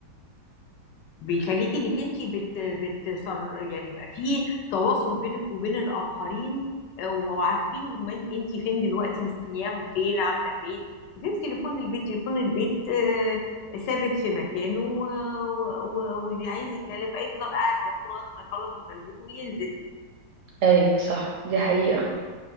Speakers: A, on the left; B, on the right.
A: بيخليكي انك انت بت بتصر يعني يبقى في تواصل بينك وبين الاخرين آه، وعارفين هم انت فين دلوقتي مستنياهم فين عامله فين غير تليفون البيت تليفون البيت آه، ثابت في مكانه و- و- و- واللي عايز يتكلم بقى يفضل قاعد جنبه لغايه ما يخلص مكالمته وينزل
B: ايوه صح دي حقيقة